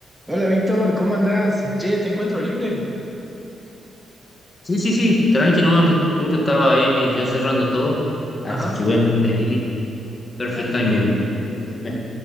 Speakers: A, in the centre; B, on the left.
A: Hola Víctor, ¿cómo andás? Che, te encuentro libre.
B: Sí, sí, sí, tranqui nomás, justo estaba ahí ya cerrando todo, así
A: Ajá.
B: que bueno, le di perfect
A: Dale,
B: timing.
A: amigo.
B: Decime.